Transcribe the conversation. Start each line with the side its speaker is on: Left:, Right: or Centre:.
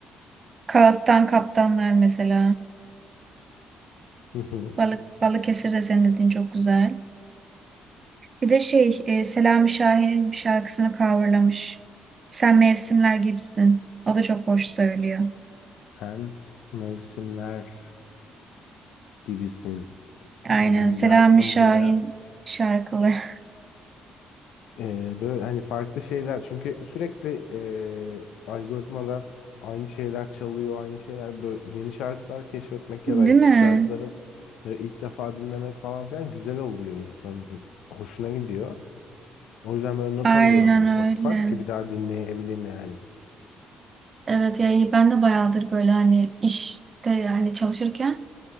Right: Kağıttan Kaptanlar mesela.
Left: Hı hı.
Right: Balık Balıkesir de senin dediğin çok güzel. Bir de şey e, Selami Şahin'in bir şarkısını coverlamış. Sen mevsimler gibisin. O da çok hoş söylüyor.
Left: Sen mevsimler gibisin.
Right: Aynen
Left: Hemen
Right: Selami
Left: yazdım
Right: Şahin
Left: buraya.
Right: şarkıları. <laughs>
Left: Ee, böyle hani farklı şeyler çünkü sürekli e, algoritmada aynı şeyler çalıyor aynı şeyler böyle yeni şarkılar keşfetmek
Right: Değil
Left: ya da eski
Right: mi?
Left: şarkıları e, ilk defa dinlemek falan filan güzel oluyor insanın hoşuna gidiyor. O yüzden böyle not
Right: Aynen
Left: alıyorum ufak
Right: öyle.
Left: ufak ki bir daha dinleyebileyim yani.
Right: Evet yani ben de bayağıdır böyle hani işte yani çalışırken